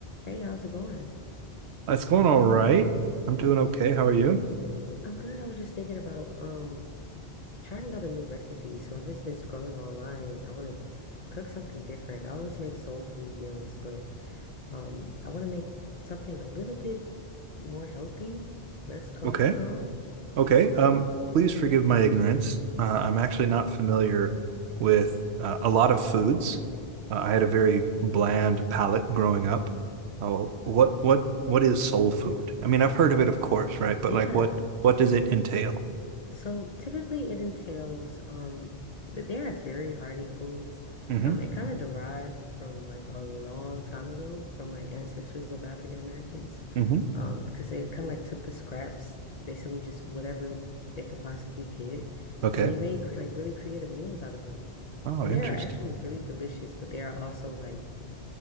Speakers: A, on the left; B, on the right.
A: Hey, how's it going?
B: It's going all right. I'm doing okay. How are you?
A: I'm good. I was just thinking about um trying out a new recipe. So I've just been scrolling online. I want to cook something different. I always make soul food meals, but um I want to make something a little bit more healthy, less cholesterol.
B: Okay. Okay. Um, please forgive my ignorance. Uh, I'm actually not familiar with uh, a lot of foods. Uh, I had a very bland palate growing up. Oh, what what what is soul food? I mean, I've heard of it, of course, right? But
A: Yeah.
B: like, what what does it entail?
A: So typically it entails um th- they are very hearty foods.
B: hmm
A: Um it kind of derived from like a long time ago from like ancestors of African Americans.
B: hmm
A: Um because they kind of like took the scraps, basically just whatever they could possibly get
B: Okay.
A: and they made cre like really creative meals out of them.
B: Oh,
A: And
B: interesting.
A: they are actually really delicious, but they are also like